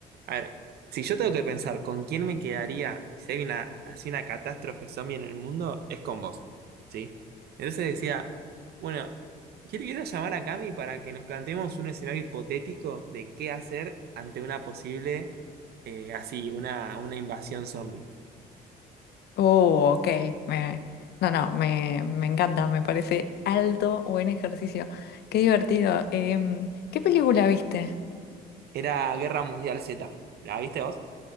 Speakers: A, on the right; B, on the left.
A: A ver, si yo tengo que pensar con quién me quedaría y si hay una, así una catástrofe zombie en el mundo, es con vos, ¿sí? Entonces decía, bueno, quiero, quiero llamar a Cami para que nos planteemos un escenario hipotético de qué hacer ante una posible, eh, así, una, una invasión zombie.
B: Oh, ok, me, no, no, me, me encanta, me parece alto, buen ejercicio. Qué divertido. Em, ¿qué película viste?
A: Era Guerra Mundial Z, ¿la viste vos?